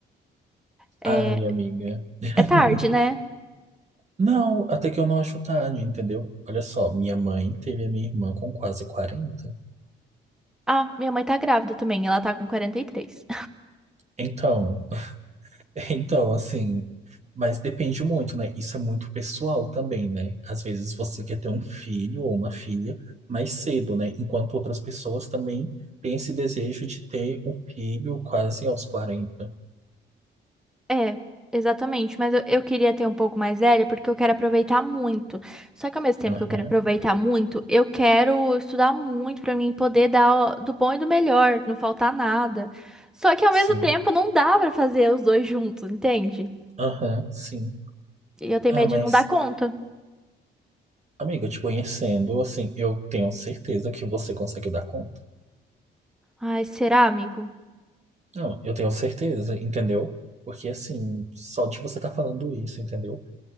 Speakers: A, in the centre; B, on the right.
A: É,
B: Ai, amiga. <laughs>
A: é tarde, né?
B: Não, até que eu não acho tarde, entendeu? Olha só, minha mãe teve a minha irmã com quase quarenta.
A: Ah, minha mãe tá grávida também, ela tá com 43.
B: Então, <laughs> então, assim, mas depende muito, né? Isso é muito pessoal também, né? Às vezes você quer ter um filho ou uma filha mais cedo, né? Enquanto outras pessoas também têm esse desejo de ter um filho quase aos quarenta.
A: É, exatamente. Mas eu, eu queria ter um pouco mais velha porque eu quero aproveitar muito. Só que ao mesmo tempo
B: Aham,
A: que eu quero aproveitar muito, eu quero estudar muito pra mim poder dar o- do bom e do melhor, não faltar nada. Só que ao
B: sim.
A: mesmo tempo não dá pra fazer os dois juntos, entende?
B: Aham, sim.
A: E eu tenho
B: Ah,
A: medo
B: mas
A: de não dar conta.
B: Amiga, te conhecendo, assim, eu tenho certeza que você consegue dar conta.
A: Ai, será, amigo?
B: Não, eu tenho certeza, entendeu? Porque, assim, só de você estar falando isso, entendeu?